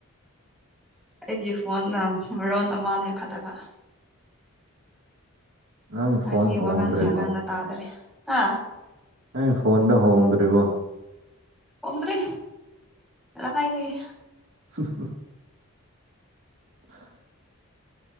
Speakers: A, in the centre; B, on the right (about 55°).
A: ꯑꯩꯒꯤ ꯐꯣꯟꯅ ꯃꯔꯣꯟ ꯑꯃꯅꯦ ꯐꯠꯇꯕ
B: ꯅꯪꯒꯤ
A: ꯅꯪꯤ
B: ꯐꯣꯟ ꯍꯣꯡꯗ꯭ꯔꯤꯕꯣ
A: ꯋꯥ ꯉꯥꯡ ꯁꯉꯥꯡ ꯇꯗ꯭ꯔꯦ ꯍꯥ
B: ꯅꯪ ꯐꯣꯟꯗ ꯍꯣꯡꯗ꯭ꯔꯤꯕꯣ
A: ꯑꯣꯡꯔꯤ ꯌꯥ ꯀꯥꯏꯗꯒꯦ
B: ꯍ ꯍ <unintelligible>